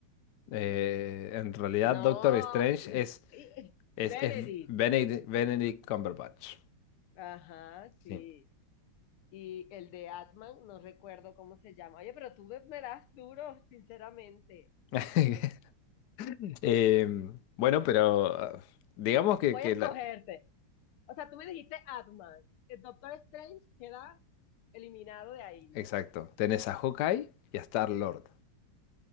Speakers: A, on the left; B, on the left.
A: Mm,
B: Eh, en realidad,
A: No,
B: Doctor Strange
A: <laughs>
B: es, es,
A: Benedict.
B: es Benedict, Benedict Cumberbatch.
A: Ajá, sí.
B: Sí.
A: Y el de Atman, no recuerdo cómo se llama. Oye, pero tú me, me das duro, sinceramente.
B: <laughs> Eh, bueno, pero ah, digamos que,
A: Voy
B: que
A: a escogerte.
B: la-
A: O sea, tú me dijiste Atman. El Doctor Strange queda eliminado de ahí, ¿no?
B: Exacto. Tenés a Hawkeye y a Star-Lord.